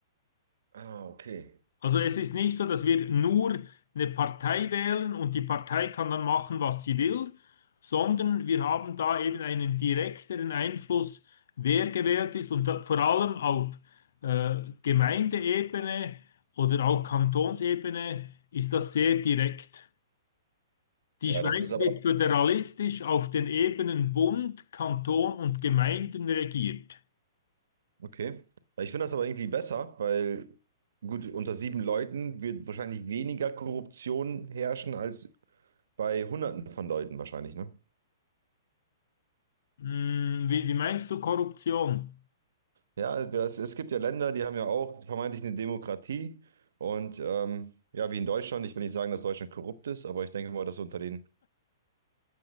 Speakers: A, on the right; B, on the left.
A: Ah, okay.
B: Also es ist nicht so, dass wir nur eine Partei wählen und die Partei kann dann machen, was sie will, sondern wir haben da eben einen direkteren Einfluss, wer gewählt ist und da, vor allem auf äh, Gemeindeebene oder auch Kantonsebene ist das sehr direkt. Die
A: Ja,
B: Schweiz
A: das ist aber.
B: wird föderalistisch auf den Ebenen Bund, Kanton und Gemeinden regiert.
A: Okay. Ich finde das aber irgendwie besser, weil gut, unter sieben Leuten wird wahrscheinlich weniger Korruption herrschen als bei Hunderten von Leuten wahrscheinlich, ne?
B: Hm, wie, wie meinst du Korruption?
A: Ja, es, es gibt ja Länder, die haben ja auch vermeintlich eine Demokratie. Und ähm, ja, wie in Deutschland, ich will nicht sagen, dass Deutschland korrupt ist, aber ich denke mal, dass unter den